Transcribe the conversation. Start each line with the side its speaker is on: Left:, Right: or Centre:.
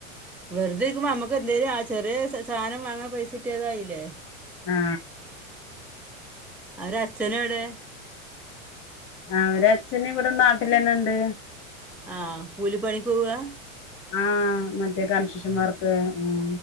Centre: വെറുതെ ഇരിക്കുമ്പോ അമ്മക്ക് എന്തേലും ആ ചെറിയ സാധനം വാങ്ങാൻ പൈസ കട്ടിയാതായില്ലേ
Left: ആ
Centre: അവരെ അച്ഛന എവിടെ
Left: ആ അവര് അച്ഛന് ഇവിടെ നാട്ടിലെന്നെണ്ട്
Centre: ആ കൂലിപ്പണിക്ക് പോവാ
Left: ആ മറ്റേ കണശിഷന്മാർക്ക് ഉം